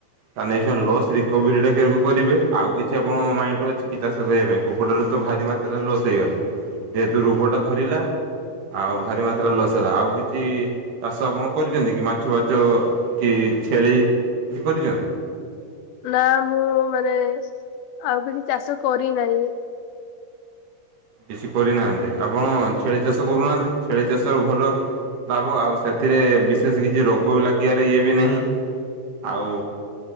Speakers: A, on the right; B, on the left.
A: ତା ନେ ଏସୁନା ଲସ୍ ରିକଭରି ଟାକୁ କରିବେ ଆଉ କିଛି ଆପଣଙ୍କ ମାଇଣ୍ଡ ରେ ଅଛିକି ଚାଷ କରିବା ପାଇଁ କୁକୁଡ଼ାରୁ ତ ଭାରି ମାତ୍ରାରେ ଲସ୍ ହେଇଗଲା ଯେହେତୁ ରୋଗ ଟା ଧରିଲା ଆଉ ଭାରି ମାତ୍ରା ଲୋସରା ଆଉ ବି କିଛି ଚାଷ ଆପଣ କରିଛନ୍ତି କି ମାଛ ଫାଛ କି ଛେଳି କିଛି କରିଛନ୍ତି?
B: ନା ମୁଁ ମାନେ ଆଉ କିଛି ଚାଷ କରି ନାହିଁ।
A: କିଛି କରିନାହାନ୍ତି ଆପଣ ଛେଳି ଚାଷ କରୁନାହାନ୍ତି ଛେଳି ଚାଷର ଭଲ ଲାଭ ଆଉ ସେଥିରେ ବିଶେଷ କିଛି ରୋଗ ବି ଲାଗିବାର ଇଏ ବି ନାହିଁ ଆଉ